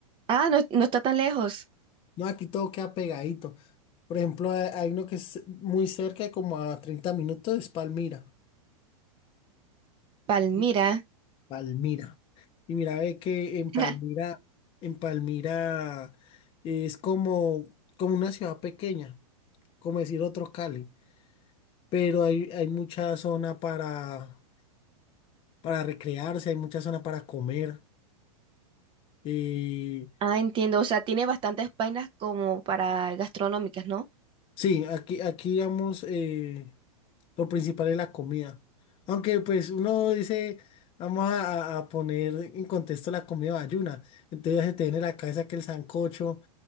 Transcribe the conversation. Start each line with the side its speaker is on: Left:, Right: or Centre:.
Right: Ah, no, no está tan lejos.
Left: No, aquí todo queda pegadito. Por ejemplo, hay hay uno que es muy cerca, como a treinta minutos, es Palmira.
Right: Palmira.
Left: Y- Palmira. Y mira, ve que en Palmira,
Right: <laughs>
Left: en Palmira es como, como una ciudad pequeña, como decir otro Cali. Pero hay, hay mucha zona para, para recrearse, hay mucha zona para comer. Eh,
Right: Ah, entiendo, o sea, tiene bastantes vainas como para gastronómicas, ¿no?
Left: sí, aquí, aquí digamos. eh, Lo principal es la comida. Aunque pues uno dice, vamos a, a- a poner en contexto la comida bayuna. Entonces se te viene a la cabeza que el sancocho,